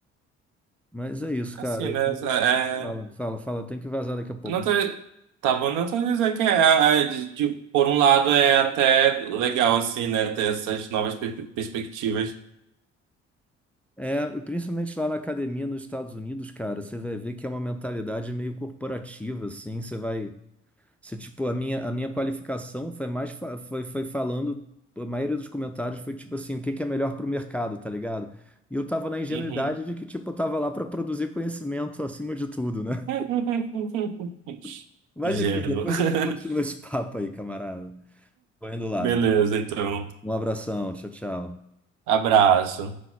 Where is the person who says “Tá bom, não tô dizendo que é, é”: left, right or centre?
Right